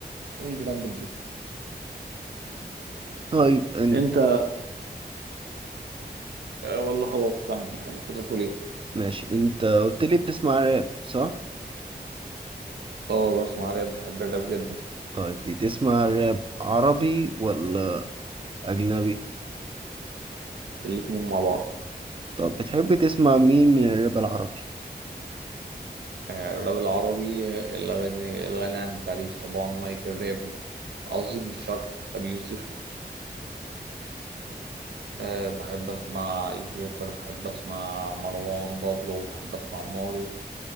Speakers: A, on the right; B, on the right.
A: قول جراند بلو
B: طيب أنت
A: انت آه، والله خلاص استنى كنت بتقول ايه؟
B: ماشي أنت قلت لي بتسمع راب صح؟
A: اه بسمع راب بحب الراب جدا
B: طيب بتسمع راب عربي ولا أجنبي؟
A: الاتنين مع بعض
B: طب بتحب تسمع مين من الراب العربي؟
A: آه، الراب العربي آه، الغني الغني عن التعريف طبعا ملك الراب عظيم الشرق أبي يوسف أه بحب أسمع جوكر بحب أسمع مروان بابلو بحب أسمع مارو